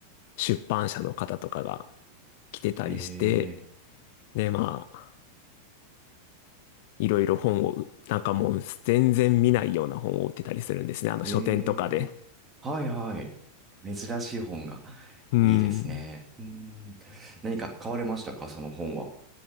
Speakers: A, on the left (about 50°); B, on the right (about 20°).
A: 出版社の方とかが来てたりして、
B: え
A: で、まあ、いろいろ本を、なんかもう全然見ないような本を売ってたりするんですね。あの書店とかで。
B: ええはいはい。珍しい本が。
A: うん。
B: いいですね。うん。何か買われましたか、その本は。